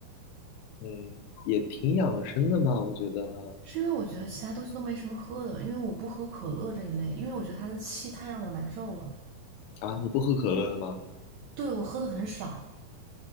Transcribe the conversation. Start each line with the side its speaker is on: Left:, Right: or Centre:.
Left: 嗯，也挺养生的吧，我觉得。
Right: 是因为我觉得其他东西都没什么喝的，因为我不喝可乐这一类，因为我觉得它的气太让我难受了。
Left: 啊，你不喝可乐的吗？
Right: 对，我喝的很少，